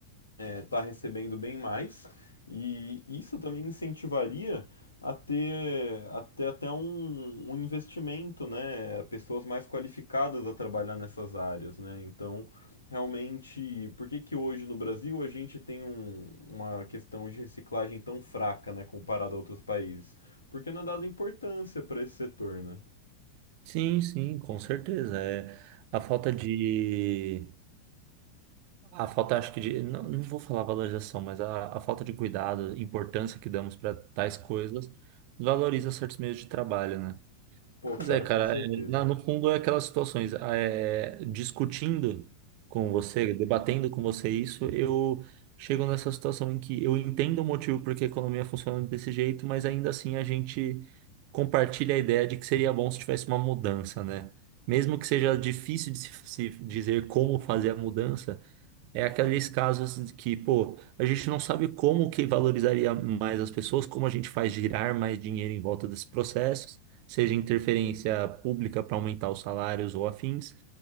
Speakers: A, on the left; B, on the right.
A: estar recebendo bem mais. E isso também incentivaria a ter, a ter até um, um investimento, né? Pessoas mais qualificadas a trabalhar nessas áreas, né? Então, realmente, por que que hoje no Brasil a gente tem um- uma questão de reciclagem tão fraca, né? Comparado a outros países? Porque não é dada importância para esse setor, né?
B: Sim, sim, com certeza. É a falta de A falta, acho que de. Não, não vou falar valorização, mas a, a falta de cuidado, importância que damos para tais coisas, valoriza certos meios de trabalho, né?
A: Pô, cara,
B: Mas é, cara,
A: com certeza.
B: é, na- no fundo é aquelas situações. ah, é, discutindo com você, debatendo com você isso, eu chego nessa situação em que eu entendo o motivo porque a economia funciona desse jeito, mas ainda assim a gente compartilha a ideia de que seria bom se tivesse uma mudança, né? Mesmo que seja difícil de se se dizer como fazer a mudança. É aqueles casos que, pô, a gente não sabe como que valorizaria mais as pessoas, como a gente faz girar mais dinheiro em volta desses processos, seja interferência pública para aumentar os salários ou afins,